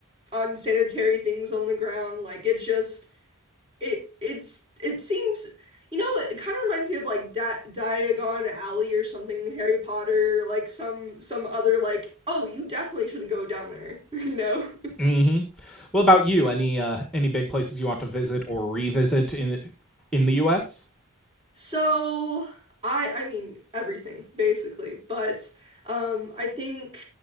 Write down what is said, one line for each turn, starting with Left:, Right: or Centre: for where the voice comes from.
Right: unsanitary things on the ground. Like it's just it it's it seems you know it kind of reminds me of like Di Diagon Alley or something, Harry Potter, like some some other like oh you definitely shouldn't go down there, <laughs> you know?
Centre: hmm What about you? Any uh, any big places you want to visit or revisit in in the U.S.?
Right: So I I mean everything basically, but um I think